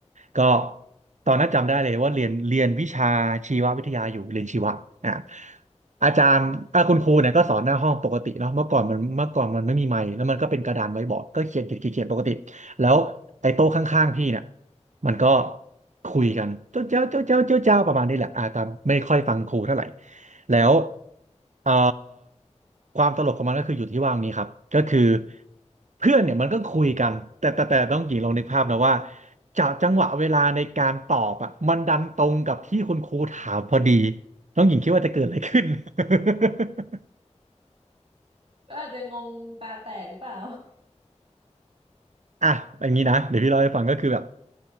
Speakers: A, on the right (about 80°); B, on the right (about 50°).
A: ก็ตอนนั้นจำได้เลยว่าเรียนเรียนวิชาชีววิทยาอยู่เรียนชีวะอ่ะอาจารย์อ่ะคุณครูเนี่ยก็สอนหน้าห้องปกติเนาะเมื่อก่อนมันเมื่อก่อนมันไม่มีไมค์แล้วมันก็เป็นกระดานไว้บอร์ดก็เขียนเขียนเขียนเขียนปกติแล้วไอ้โต๊ะข้างๆพี่เนี่ยมันก็คุยกันเจ้าเจ้าเจ้าเจ้าเจ้าเจ้าประมาณนี้แหละอ่ะตามไม่ค่อยฟังครูเท่าไหร่ แล้วเอ่อความตลกของมันก็คืออยู่ที่ว่างนี้ครับก็คือเพื่อนเนี่ยมันก็คุยกันแต่แต่แต่ต้องหญิงลองนึกภาพนะว่าจากจังหวะเวลาในการตอบอ่ะมันดันตรงกับที่คุณครูถามพอดีต้องหญิงคิดว่าจะเกิดอะไรขึ้น <laughs>
B: ก็อาจจะงงตาแตกหรือเปล่า
A: อ่ะอย่างนี้นะเดี๋ยวพี่เล่าให้ฟังก็คือแบบ